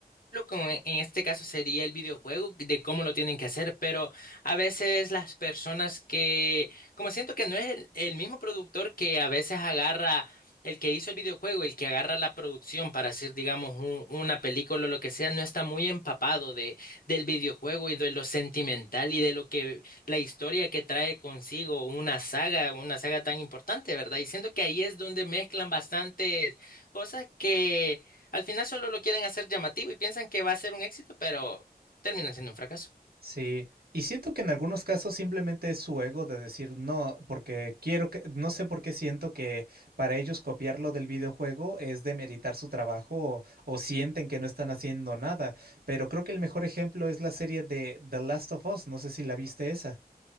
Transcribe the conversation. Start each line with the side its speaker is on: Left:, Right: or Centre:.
Left: lo que en este caso sería el videojuego, de cómo lo tienen que hacer, pero a veces las personas que, como siento que no es el, el mismo productor que a veces agarra el que hizo el videojuego, el que agarra la producción para hacer, digamos, un- una película o lo que sea, no está muy empapado de, del videojuego y de lo sentimental y de lo que la historia que trae consigo una saga, una saga tan importante, ¿verdad? Y siento que ahí es donde mezclan bastantes cosas que al final solo lo quieren hacer llamativo y piensan que va a ser un éxito, pero terminan siendo un fracaso.
Right: Sí, y siento que en algunos casos simplemente es su ego de decir no, porque quiero que, no sé por qué siento que para ellos copiarlo del videojuego es demeritar su trabajo o, o sienten que no están haciendo nada, pero creo que el mejor ejemplo es la serie de The Last of Us, no sé si la viste esa.